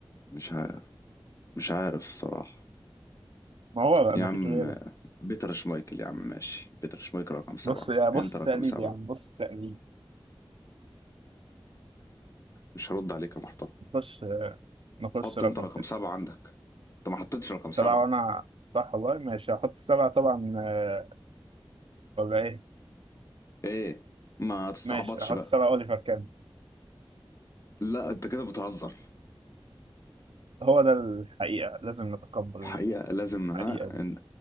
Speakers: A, on the left; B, on the right.
A: مش عارف مش عارف الصراحة
B: ما هو بقى
A: يا
B: ما
A: عم
B: فيش غيره
A: آه، بيتر شمايكل يا عم ماشي بيتر شمايكل رقم سبعة
B: بص يا بص
A: انت رقم
B: التقليد
A: سبعة
B: يا عم بص التقليد
A: مش هرد عليك يا محترم
B: نخش نخش
A: حط
B: رقم
A: انت رقم
B: ستة
A: سبعة عندك انت ما حطيتش رقم
B: سبعة
A: سبعة
B: وأنا صح والله ماشي هحط سبعة طبعا آه، ولا إيه
A: ايه ما تستعبطش
B: ماشي هحط
A: بقى
B: سبعة أوليفر كان
A: لا انت كده بتهزر
B: هو ده الحقيقة لازم نتقبل
A: الحقيقة لازم ها
B: الحقيقة دي
A: ان